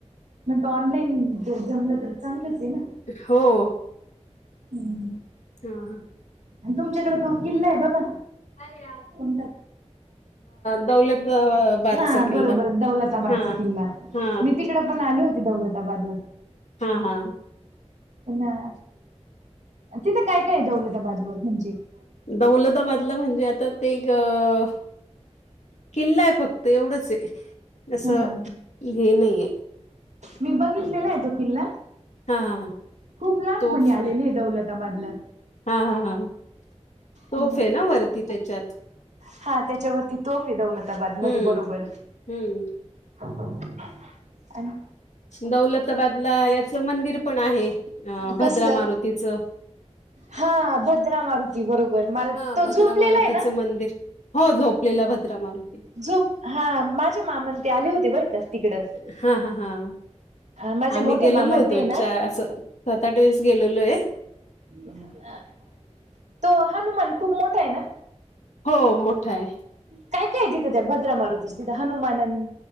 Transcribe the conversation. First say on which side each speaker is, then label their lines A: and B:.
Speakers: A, on the right (about 80°); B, on the left (about 75°).
A: म्हणलं, ऑनलाईन जर जमलं तर चांगलंच, ना...
B: हो....
A: हम्
B: हा... हा...
A: आणि तुमच्याकडे तो किल्लाय बघा
B: अर या.
A: <unintelligible>
B: दौलताबादचा
A: हा
B: किल्ला
A: बरोबर दौलताबाद
B: हां
A: चा किल्ला,
B: हां
A: मी तिक. तिकड़ पण आली होती, दौलताबादला
B: हा... हा...
A: ना, तिथं काय काय, दौलताबादवर तुमची
B: दौलताबाद तिथलं म्हणजे आता ते गं... किल्लाय फक्त एवढंचं असं,
A: हा हा.
B: हे नाहीये.
A: मी बघितलेलाय तो किल्ला
B: हा हा हा
A: खूप लहानपणी
B: तोफ
A: आलेलेय दौलताबादला
B: हा.. हा.. हा.. <unintelligible> तोफ
A: हम्म.
B: ना वरती त्याच्यात
A: हा, त्याच्यावरती तोफ दौलताबाद
B: हम्म
A: मध्ये बरोबर
B: हम्म
A: <unintelligible> आणि
B: दौलताबादला याच मंदिर पण आहे. अ.. भद्रा
A: कसलं?
B: मारुतीच.
A: हा... भद्रा मारुती बरोबर, माल
B: हा
A: तो
B: भद्रा
A: झोपलेलाय
B: मारुतीचं
A: ना..
B: मंदिर हो... झोपलेला भद्रा मारुती.
A: झोप, हा.. माझे मामा अनं ते आले होते बरं का तिकडं
B: हा... हा.. हा...
A: माझे
B: आम्ही
A: मोठे
B: गेलेलो
A: मामा
B: होतो.
A: ते ना
B: चा असं सात, आठ, वेळेस गेलेलोय....
A: <unintelligible> तो हनुमान खूप मोठाय, ना...
B: हो.... मोठा आहे.
A: काय.. काय.. तिथं, त्या भद्रा मारुतीच्या तिथं हनुमान अनं